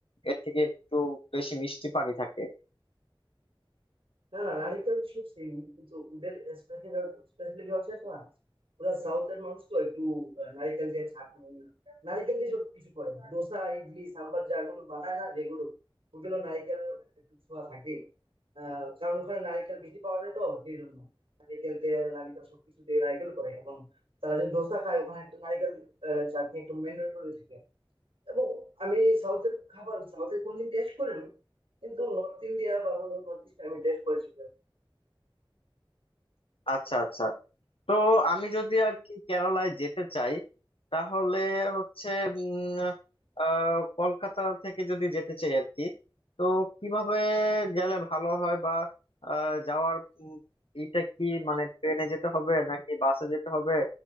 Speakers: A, on the left; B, on the right.
A: এর থেকে একটু বেশি মিষ্টি পানি থাকে
B: না না নারীদের সব সেম কিন্তু ওদের স্পেশালিটি হচ্ছে একটা না ওরা সাউথের মানুষ তো একটু আহ, নারিকেল দিয়ে চাটনি নারিকেল দিয়ে সব কিছু করে দোসা ইডলি সাম্বার যাগুলো বানায় না যেগুলো ওগুলো নারিকেল একটু ছোঁয়া থাকে আহ কারণ ওখানে নারিকেল বেশি পাওয়া যায় তো সেই জন্য নারিকেল তেল নারিকেল সবকিছু দিয়ে নারিকেল করে এবং তারা যে দোসা খায় ওখানে একটু নারিকেল আহ, চাটনি একটু ম্যান্ডেটরি থাকে এবং আমি সাউথের খাবার সাউথের কোনোদিন টেস্ট করিনি কিন্তু নর্থ ইন্ডিয়া বা হলো নর্থ ইস্ট আমি টেস্ট করেছি
A: আচ্ছা আচ্ছা তো আমি যদি আর কি কেরালায় যেতে চাই তাহলে হচ্ছে উম, আহ, কলকাতা থেকে যদি যেতে চাই আর কি তো কিভাবে গেলে ভালো হয় বা আহ, যাওয়ার উম, এটা কি মানে ট্রেনে যেতে হবে নাকি বাসে যেতে হবে